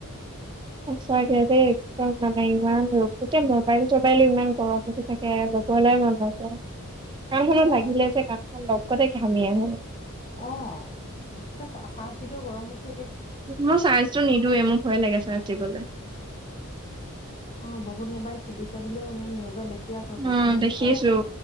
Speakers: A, on the right (about 20°); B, on the left (about 30°).
A: সঁচাকে দেই একদম মানে ইমান ৰ গোটেই মবাইল চবাইলো ইমান গৰম উঠি থাকে। <unintelligible> কাণখনত
B: অ
A: লাগিলে যে কাণখন লগতে ঘামি আহে।
B: অ' উঠকে চ - চাৰ্জ দিলেও গৰম উঠে।
A: মই চাৰ্জটো নিদিওঁৱে, মোক ভয় লাগে চাৰ্জ দিবলে।
B: অ বহুত মোবাইল ফুটিছে বুলিও এনে নিউজত দেখি আছো সঁচা
A: উম
B: নে
A: দেখিছো
B: মিছা আকৌ